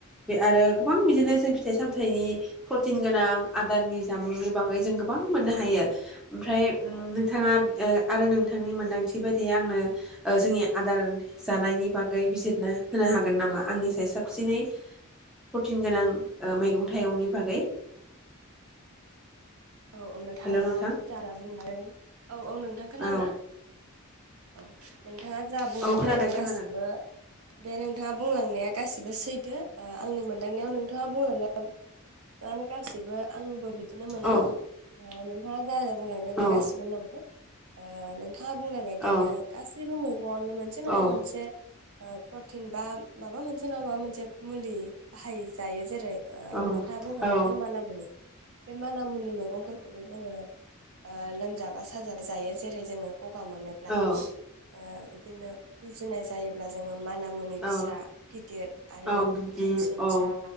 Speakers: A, in the centre; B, on the right.
A: बे आरो गोबां बिदिनो जों फिथाइ-सामथाइनि प्रटिन गोनां आदारनि जामुंनि बागै जों गोबां मोननो हायो। ओमफ्राय
B: औ औ
A: नोंथाङा ओ आरो नोंथांनि मोन्दांथि बायदियै आंनो ओ जोंनि आदार जानायनि बागै बिजिरना होनो हागोन नामा? आंनि साय साबसिनै प्रटिन गोनां ओ मैगं-थाइगंनि बागै।
B: औ नोंथाङा
A: हेल' नोंथां
B: जान बुं औ औ नोंथां खोनादोना?
A: औ
B: औ नोंथाङा जा बुंलांदों
A: औ खोनादों
B: बे
A: खोनादों
B: गासिबो बे नोंथाङा बुंलांनाया गासिबो सैथो ओ आंनि मोनदांनायाव नोंथाङा बुंलांनाय माने गासिबो आंबो बिदिनो मोन्दाङो।
A: औ
B: ओ नोंथाङा जा जा बुंलांदों बे
A: औ
B: गासिबो नंगौ। आ नों थाङा बुंनाय बायदिनो
A: औ
B: गासैबो मैगंआवनो मोनसे नङा
A: औ
B: मोनसे ओ प्रटिन बा माबा मोनसे नङा माबा मोनसे मुलि बाहाय जायो जेरै ओ
A: औ
B: नोंथाङा बुंलांनोे
A: औ
B: जे माना मुनि। बे मानाम मानामुनि मैगंफोरखौबो जोङो ओ लोमजाबा साजाबा जायो जेरै जोङो गगा मोनोब्ला
A: औ
B: <unintelligible> ओ इदिनो गुजुनाय जा जायोब्ला जोङो माना मुनि
A: औ
B: फिसा गिदिर आरो
A: औ बिदि
B: खानसिनसा
A: औ